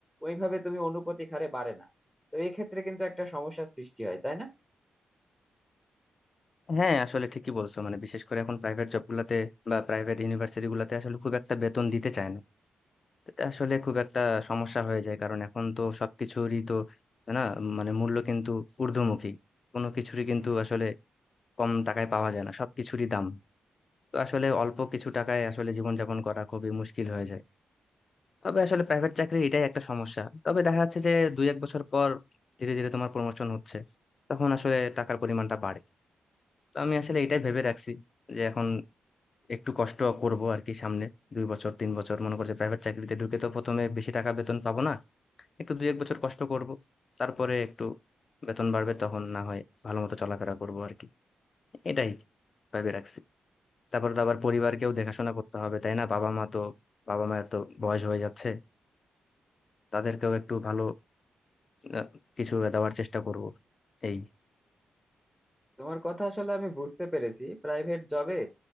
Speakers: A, in the centre; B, on the left.
A: ওইভাবে তুমি অনুপাতিক হারে বাড়ে না তো এক্ষেত্রে কিন্তু একটা সমস্যার সৃষ্টি হয় তাই না
B: হ্যাঁ আসলে ঠিকই বলছো মানে বিশেষ করে এখন প্রাইভেট জব গুলাতে বা প্রাইভেট ইউনিভার্সিটি গুলাতে আসলে খুব একটা বেতন দিতে চায় না এটা আসলে খুব একটা সমস্যা হয়ে যায় কারণ এখন তো সবকিছুরই তো না মানে মূল্য কিন্তু ঊর্ধ্বমুখী কোনো কিছুরই কিন্তু আসলে কম টাকায় পাওয়া যায় না সবকিছুরই দাম তো আসলে অল্প কিছু টাকায় আসলে জীবনযাপন করা খুবই মুশকিল হয়ে যায় তবে আসলে প্রাইভেট চাকরি এটাই একটা সমস্যা তবে দেখা যাচ্ছে যে দুই এক বছর পর ধীরে ধীরে তোমার প্রমোশন হচ্ছে তখন আসলে টাকার পরিমাণটা বাড়ে তো আমি আসলে এটাই ভেবে রাখছি যে এখন একটু কষ্ট করব আর কি সামনে দুই বছর তিন বছর মনে করছে প্রাইভেট চাকরিতে ঢুকে তো প্রথমে বেশি টাকা বেতন পাবো না একটু দুই এক বছর কষ্ট করব তারপরে একটু বেতন বাড়বে তখন না হয় ভালো মতো চলাফেরা করবো আর কি এটাই ভেবে রাখছি তারপর তো আবার পরিবারকেও দেখাশোনা করতে হবে তাই না বাবা মা তো বাবা মায়ের তো বয়স হয়ে যাচ্ছে তাদেরকেও একটু ভালো আহ, কিছু দেওয়ার চেষ্টা করব এই
A: তোমার কথা আসলে আমি বুঝতে পেরেছি প্রাইভেট জবে